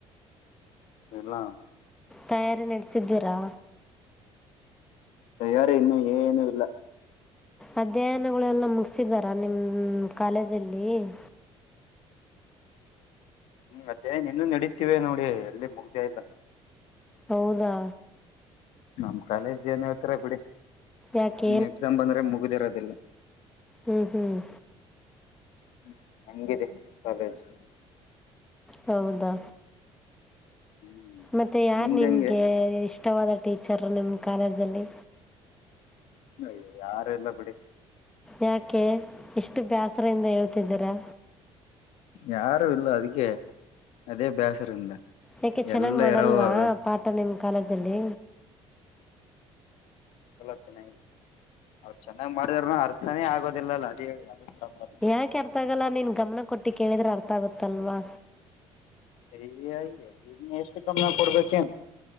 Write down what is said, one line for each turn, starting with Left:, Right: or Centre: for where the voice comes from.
Left: ಎಲ್ಲಾ
Centre: ತಯಾರಿ ನಡೆಸಿದ್ದೀರಾ
Left: ತಯಾರಿ ಇನ್ನು ಏನುೂ ಇಲ್ಲ
Centre: ಅಧ್ಯಯನಗಳೆಲ್ಲ ಮುಗಿಸಿದಾರ ನಿಮ್ಮ ಕಾಲೇಜಲ್ಲಿ <inaudible>
Left: ಹ್ಮ್ ಅದ್ಯಯನ ಇನ್ನೂ ನಡತಿವೆ ನೋಡಿ ಎಲ್ಲಿ ಮುಗ್ದೇ ಇಲ್ಲ
Centre: ಹೌದಾ
Left: ನಮ್ ಕಾಲೇಜ್ ಏನ್ ಹೇಳ್ತರ ಬಿಡಿ
Centre: ಯಾಕೆ
Left: ಇನ್ನು ಎಕ್ಸಾಮ್ ಬಂದ್ರೆ ಮುಗುದಿರೋದಿಲ್ಲ
Centre: ಹ್ಮ್ ಹ್ಮ್
Left: ಹ್ಮ ಹಂಗಿದೆ ಕಾಲೇಜು
Centre: ಹೌದಾ
Left: ಹ್ಮ್
Centre: ಮತ್ತೆ ಯಾರು
Left: ನಿಮ್ದ್
Centre: ನಿನಗೆ
Left: ಹೆಂಗೆ
Centre: ಇಷ್ಟವಾದ ಟೀಚರು ನಿಮ್ಮ ಕಾಲೇಜಲ್ಲಿ
Left: ಅಯ್ಯ ಯಾರ ಇಲ್ಲ ಬಿಡಿ
Centre: ಯಾಕೆ ಇಷ್ಟು ಬ್ಯಾಸರಿಂದ ಹೇಳ್ತಿದ್ದೀರಾ
Left: ಯಾರು ಇಲ್ಲ ಅದಕ್ಕೆ ಅದೇ ಬೇಸರ ಇನ್ನ
Centre: ಯಾಕೆ ಚೆನ್ನಾಗಿ
Left: ಎಲ್ಲಾ
Centre: ಮಾಡಲ್ವಾ
Left: ಇರವುಇವೆ
Centre: ಪಾಠ ನಿಮ್ಮ ಕಾಲೇಜಲ್ಲಿ
Left: ಎಲ ಚೆನ್ನಾಗಿ ಅವ್ರು ಚೆನ್ನಾಗಿ ಮಾಡಿದಾರನು ಅರ್ಥನೇ ಆಗೋದಿಲ್ಲಲ್ಲ ಅದ್ ಹೇಳಿ ಅದು ಪ್ರಾಬ್ಲಮ್
Centre: ಯಾಕೆ ಅರ್ಥ ಆಗಲ್ಲ ನೀನ್ ಗಮನ ಕೊಟ್ಟಿ ಕೇಳಿದ್ರೆ ಅರ್ಥ ಆಗುತ್ತಲ್ವಾ
Left: ಸರಿಯ ಎಲ್ಲಿನ್ನ <unintelligible> ಎಷ್ಟು ಗಮನ್ ಕೊಡ್ಬೇಕುಏನ್